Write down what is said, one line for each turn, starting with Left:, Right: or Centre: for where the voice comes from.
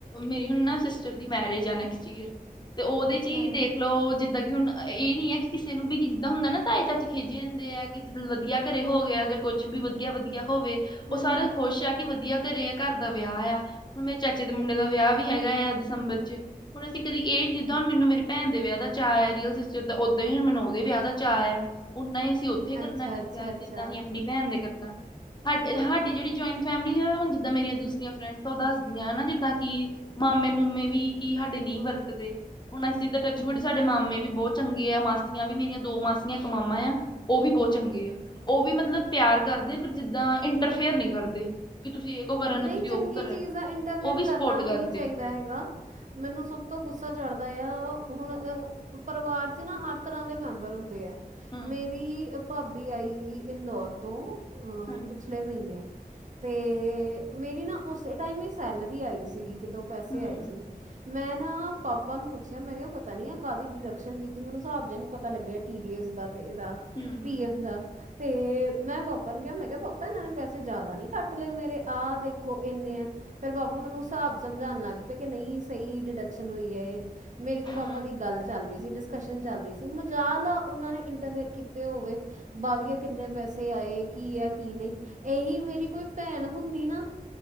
Left: ਮੇਰੀ ਹੁਣ ਨਾ ਸਿਸਟਰ ਦੀ ਮੈਰਿਜ਼ ਆ ਨੈਕਸਟ ਈਅਰ। ਤੇ ਉਹਦੇ 'ਚ ਹੀ
Right: ਹੂੰ
Left: ਦੇਖ ਲੋ ਜਿੱਦਾਂ ਹੁਣ, ਅ, ਇਹ ਨੀ ਹੈ ਕਿ ਕਿਸੇ ਨੂੰ ਵੀ ਕੀ ਜਿੱਦਾਂ ਹੁੰਦਾ ਨਾ ਤਾਏ-ਚਾਚੇ ਖਿਝੇ ਹੁੰਦੇ ਆ। ਕਿ ਜਦੋਂ ਵਧੀਆ ਘਰੇ ਹੋ ਗਿਆ ਜਾਂ ਕੁਸ਼ ਵੀ ਵਧੀਆ-ਵਧੀਆ ਹੋਵੇ।
Right: ਹੂੰ
Left: ਉਹ ਸਾਰੇ ਖੁਸ਼ ਆ ਕਿ ਵਧੀਆ ਘਰੇ ਆ, ਘਰ ਦਾ ਵਿਆਹ ਆ। ਹੁਣ, ਮੇਰੇ ਚਾਚੇ ਦੇ ਮੁੰਡੇ ਦਾ ਵਿਆਹ ਵੀ ਹੈਗਾ ਆ ਦਸੰਬਰ ਚ। ਹੁਣ ਅਸੀਂ ਕਦੀ ਇਹ ਜਿੱਦਾਂ ਹੁਣ ਮੈਨੂੰ ਮੇਰੀ ਭੈਣ ਦੇ ਵਿਆਹ ਦਾ ਚਾਅ ਆ, ਰੀਅਲ ਸਿਸਟਰ ਦਾ। ੳਦਾ ਹੀ, ਹੁਣ ਮੈਨੂੰ ਉਹਦੇ ਵਿਆਹ ਚਾਅ ਆ। ਓਨਾ ਹੀ ਅਸੀਂ ਉੱਥੇ ਕਰਨਾ,
Right: ਅੱਛਾ
Left: ਜਿੱਥੇ,
Right: ਅੱਛਾ ਅੱਛਾ
Left: ਜਿੱਦਾਂ ਅਹੀ ਆਪਣੀ ਭੈਣ ਦੇ ਕਰਨਾ। ' <unintelligible> ' ਹਾਡੀ ਜਿਹੜੀ ਜੁਆਇੰਟ ਫੈਮਿਲੀ ਆ। ਹੁਣ ਜਿੱਦਾਂ ਮੇਰੀ ਦੂਸਰੀਆਂ ਫਰੈਡ ਓ ਦੱਸਦੀਆਂ ਨਾ ਜਿੱਦਾਂ ਕਿ ਮਾਮੇ-ਮਾਮੂੇ ਵੀ ਕੀ ਹਾਡੇ ਨਹੀਂ ਵਰਤਦੇ। ਹੁਣ, ਅਸੀਂ ਤਾਂ ਟੱਚਵੁੱਡ
Right: ਹੂੰ ਹੂੰ
Left: ਸਾਡੇ ਮਾਮੇ ਵੀ ਬਹੁਤ ਚੰਗੇ ਆ। ਮਾਸੀਆਂ ਵੀ ਮੇਰੀਆਂ ਦੋ ਮਾਸੀਆਂ, ਇੱਕ ਮਾ ' <unintelligible> ' ਆ, ਉਹ ਵੀ ਬਹੁਤ ਚੰਗੇ ਆ। ਉਹ ਵੀ ਮਤਲਬ ਪਿਆਰ ਕਰਦੇ, ਪਰ ਜਿੱਦਾਂ ਇੰਟਰਫੇਅਰ ਨੀ ਕਰਦੇ। ਤੁਸੀਂ ਇਹ ਕੋ ਕਰਨ
Right: ਨਹੀਂ,
Left: ਤੁਸੀਂ
Right: ਚੰਗੀ
Left: ਉਹ ਕੋ ਕਰਨ
Right: ਚੀਜ਼ ਆ। ਇੰਟਰਫੇਅਰ
Left: ਉਹ ਸਪੋਰਟ
Right: ਕਰਨਾ ਵੀ
Left: ਕਰਦੇ
Right: ਨਹੀਂ ਚਾਹੀਦਾ ਹੈਗਾ। ਮੈਂਨੂੰ ਸਭ ਤੋਂ ਗੁੱਸਾ ਚੜ੍ਹਦਾ ਆ। ' <unintelligible> ' ਹੁਣ, ਅਹ, ਪਰਿਵਾਰ 'ਚ ਨਾ ਹਰ ਤਰ੍ਹਾਂ ਦੇ ਮੈਂਬਰ ਹੁੰਦੇ ਆ।
Left: ਹੂੰ
Right: ਮੇਰੀ ਭਾਬੀ ਆਈ ਹੀ ਇੰਦੋੌਰ ਤੋਂ, ਅਮ,
Left: ਹਾਂਜੀ
Right: ਪਿਛਲੇ ਮਹੀਨੇ ਤੇ ਮੇਰੀ ਨਾ ਉਸੇ ਟਾਈਮ ਹੀ ਸੈਲਰੀ ਆਈ ਸੀਗੀ ਕਿਤੋਂ, ਪੈਸੇ
Left: ਹੂੰ
Right: ਆਏ ਸੀ। ਮੈਂ ਨਾ ਪਾਪਾ ਨੂੰ ਪੁੱਛਿਆ। ਮੈਂ ਕਿਹਾ, ਪਤਾ ਨੀ ਆ ਕਾਹਦੀ ਡਿਡਕਸ਼ਨ ਕੀਤੀ, ਮੈਨੂੰ ਹਿਸਾਬ ਜਿਹਾ ਨੀ ਪਤਾ ਲੱਗਿਆ ਟੀ ਡੀ ਐੱਸ ਦਾ। ਤੇ ਇਹਦਾ
Left: ਹੂੰ
Right: ਪੀ ਐਫ ਦਾ ਤੇ ਮੈਂ ਪਾਪਾ ਨੂੰ ਕਿਹਾ। ਮੈਂ ਕਿਹਾ, ਪਾਪਾ ਇਹਨਾਂ ਨੇ ਪੈਸੇ ਜ਼ਿਆਦਾ ਨੀ ਕੱਟ ਲਏ ਮੇਰੇ। ਆਹ, ਦੇਖੋ ਇੰਨੇ ਆ। ਫੇਰ ਪਾਪਾ '' ਮੈਨੂੰ ਹਿਸਾਬ ਸਮਝਾਣ ਲੱਗ ਪਏ ਕਿ ਨਹੀਂ, ਸਹੀ ਡਿਡਕਸ਼ਨ ਹੋਈ ਹੈ। ਤੇ ਮੇਰੀ ਤੇ
Left: ਹੂੰ
Right: ਪਾਪਾ ਦੀ ਗੱਲ ਚੱਲ ਡਿਸਕਸ਼ਨ ਚੱਲ ਰਈ ਸੀ, ਮਜ਼ਾਲ ਆ ਓਨਾਂ ਨੇ ਇੰਟਰਫੇਅਰ ਕੀਤੇ ਹੋਵੇ ਬਾਵੀਆ ਕਿੰਨੇ ਪੈਸੇ ਆਏ, ਕੀ ਆ, ਕੀ ਨਈ? ਏਹੀ ਮੇਰੀ ਕੋਈ ਭੈਨ ਹੁੰਦੀ ਨਾ